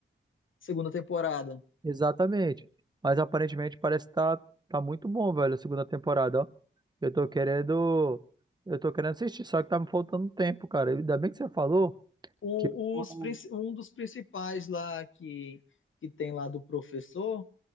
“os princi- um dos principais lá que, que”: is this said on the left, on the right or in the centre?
Left